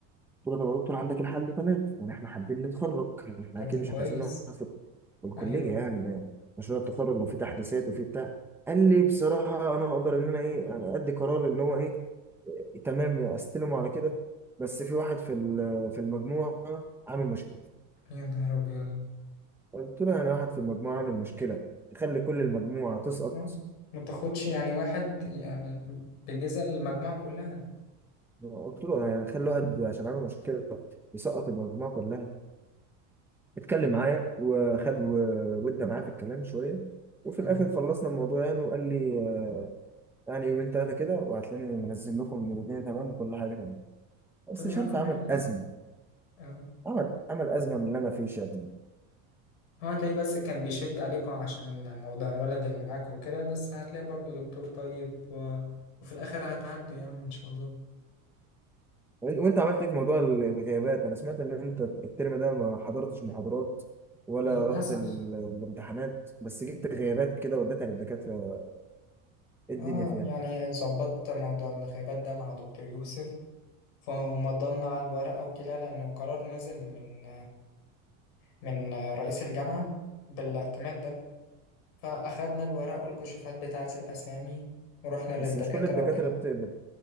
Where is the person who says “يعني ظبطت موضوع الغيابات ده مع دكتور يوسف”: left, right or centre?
Left